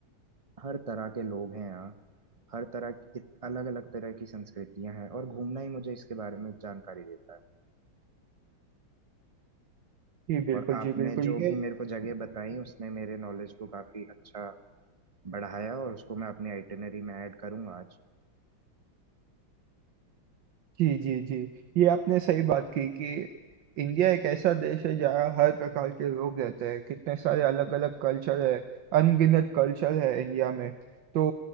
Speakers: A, on the right (about 40°); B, on the right (about 65°).
A: हर तरह के लोग हैं यहाँ हर तरह की अलग अलग तरह की संस्कृतियां हैं और घूमना ही मुझे इसके बारे में जानकारी देता है
B: जी बिल्कुल
A: और आपने
B: जी बिल्कुल
A: जो
B: ये
A: भी मेरे को जगह बताई उसने मेरे नॉलेज को काफी अच्छा बढ़ाया और उसको मैं अपनी आइटिनरी में ऐड करूंगा आज
B: जी जी जी ये आपने सही बात की कि इंडिया एक ऐसा देश है जहाँ हर प्रकार के लोग रहते हैं कितने सारे अलग अलग कल्चर है अनगिनत कल्चर है इंडिया में तो